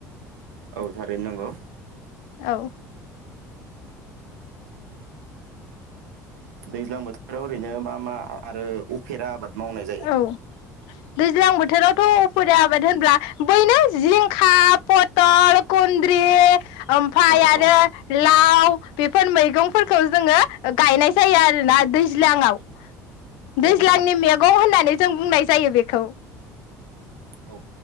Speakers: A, on the right; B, on the left.
A: औ थारैनो नोंगौ।
B: औ
A: दैज्लां बोथोराव ओरैनो मा मा आरो उफेरा आबाद मावनाय जायो
B: औ दैज्लां बोथोरावथ' उफेरा आबाद होनब्ला बैनो जिंखा, पतल, कुनद्रि ओमफाय
A: औ
B: आरो
A: औ
B: लाव बेफोर मैगंफोरखौ जोङो गायनाय जायो आरोना दैज्लांआव। दैज्लांनि
A: औ औ
B: मेग होननानै जों बुंनाय जायो बेखौ।
A: औ